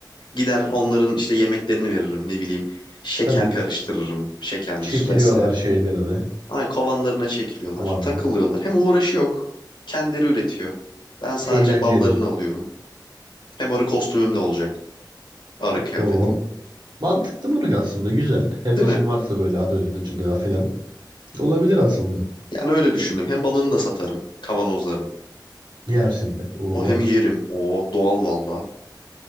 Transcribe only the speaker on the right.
Tabii
çekiliyorlar
şeylerine.
Aman
da.
Eğlenceli.
O. Mantıklı mırık aslında. Güzel. Hefesin
varsa böyle arıcılığa falan. Olabilir aslında.
Yersin de. Oo.